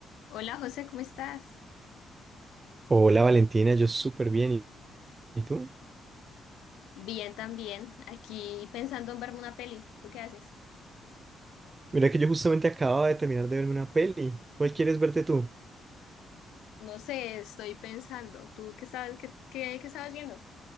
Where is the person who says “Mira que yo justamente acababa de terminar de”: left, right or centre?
Right